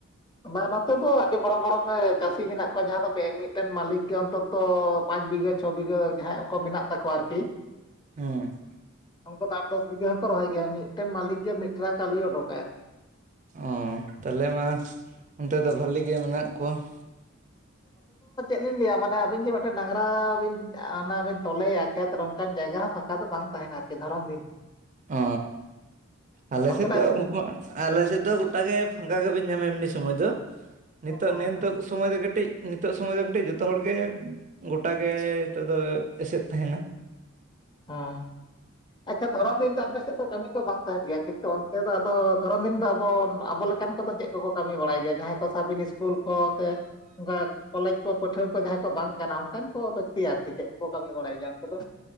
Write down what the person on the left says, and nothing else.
ᱵᱟᱝ ᱱᱚᱛᱮ ᱫᱚ ᱟᱹᱰᱤ ᱵᱚᱲᱚ ᱵᱚᱲᱚ ᱵᱮ ᱪᱟᱹᱥᱤ ᱢᱮᱱᱟᱜ ᱠᱚᱣᱟ ᱡᱟᱦᱟᱸ ᱫᱚ ᱢᱮ-ᱢᱤᱫᱴᱮᱱ ᱢᱟᱞᱤᱠ ᱜᱮ ᱚᱱᱛᱚᱛ ᱛᱚ ᱯᱟᱸᱪ ᱵᱤᱜᱷᱟᱹ, ᱪᱷᱚ ᱵᱤᱜᱷᱟᱹ ᱡᱟᱦᱟᱸᱭᱟᱜ ᱠᱚ ᱢᱮᱱᱟᱜ ᱛᱟᱠᱚᱣᱟ ᱟᱨᱠᱤ᱾
ᱩᱱᱠᱩ ᱫᱚ ᱟᱴ-ᱫᱚᱥ ᱵᱤᱜᱟᱹ ᱦᱚᱸᱠᱚ ᱨᱚᱦᱚᱭ ᱜᱮᱭᱟ ᱢᱤᱫᱴᱮᱱ ᱢᱟᱹᱞᱤᱠ ᱜᱮ ᱢᱤᱫ ᱴᱨᱟᱠ ᱟᱹᱞᱩᱭ ᱚᱰᱚᱠᱟᱭ ᱟᱨᱠᱤ᱾
ᱟᱹᱞᱤᱧ ᱞᱟᱹᱭᱟ ᱢᱟᱱᱮ ᱟᱹᱵᱤᱱ ᱡᱮ ᱢᱤᱫᱴᱮᱱ ᱰᱟᱝᱽᱨᱟ ᱵᱤᱱ ᱚᱱᱟ ᱵᱤᱱ ᱛᱚᱞᱮᱭᱟ ᱠᱷᱮᱛ ᱚᱝᱠᱟᱱ ᱡᱟᱭᱜᱟ ᱦᱚᱸ ᱯᱷᱟᱸᱠᱟ ᱫᱚ ᱵᱟᱝ ᱛᱟᱦᱮᱱᱟ ᱟᱨ ᱠᱮ ᱫᱷᱚᱨᱚᱢ ᱫᱤᱱ᱾ ᱦᱚᱸ
ᱱᱚᱛᱮᱱᱟᱜ
ᱦᱮᱸ
ᱦᱮᱸ
ᱚ᱾ ᱟᱪᱪᱷᱟ ᱫᱷᱚᱨᱚᱢ ᱫᱤᱱ ᱫᱚ ᱟᱯᱮ ᱥᱮᱫ ᱫᱚ ᱠᱟᱹᱢᱤ ᱫᱚ ᱵᱟᱝ ᱛᱟᱦᱮᱱ ᱜᱮᱭᱟ᱾ ᱠᱤᱱᱛᱩ ᱚᱱᱛᱮ ᱫᱚ ᱟᱫᱚ ᱫᱷᱚᱨᱚᱢ ᱫᱤᱱ ᱫᱚ ᱟᱵᱚ ᱟᱵᱚ ᱞᱮ ᱠᱟᱱ ᱠᱚᱫᱚ ᱪᱮᱫ ᱠᱚᱠᱚ ᱠᱟᱹᱢᱤ ᱵᱟᱲᱟᱭ ᱜᱮᱭᱟ᱾ ᱡᱟᱦᱟᱸᱭ ᱠᱚ ᱥᱟᱵ ᱵᱤᱱ ᱤᱥᱠᱩᱞ ᱠᱚ ᱥᱮ ᱚᱱᱠᱟ ᱠᱚᱞᱮᱡᱽ ᱠᱚ ᱯᱟᱹᱴᱷᱩᱣᱟᱹ ᱠᱚ ᱡᱟᱦᱟᱸᱭ ᱠᱚ ᱵᱟᱝ ᱠᱟᱱᱟ ᱚᱱᱠᱟᱱ ᱠᱚ ᱵᱮᱠᱛᱤ ᱟᱨᱠᱤ ᱪᱮᱫ ᱠᱚᱠᱚ ᱠᱟᱹᱢᱤ ᱵᱟᱲᱟᱭ ᱜᱮᱭᱟ ᱩᱱᱠᱩ ᱫᱚ?